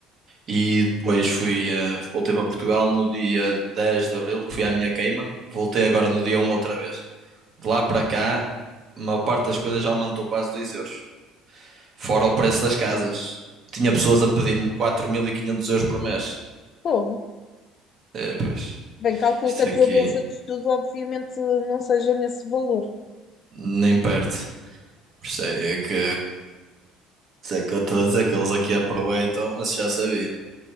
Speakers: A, on the right; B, on the left.
A: e depois fui, eh, voltei para Portugal no dia 10 de abril, que fui à minha queima. Voltei agora no dia um outra vez. De lá para cá, a maior parte das coisas já aumentou quase 2 euros. Fora o preço das casas. Tinha pessoas a pedir-me 4.500 euros por mês.
B: Fogo.
A: É, pois,
B: Bem, calculo
A: isto
B: que a tua
A: aqui
B: bolsa de estudo, obviamente, não seja nesse valor.
A: nem perto. Por isso é que Sei que eu estou a dizer que eles aqui aproveitam, mas já sabia.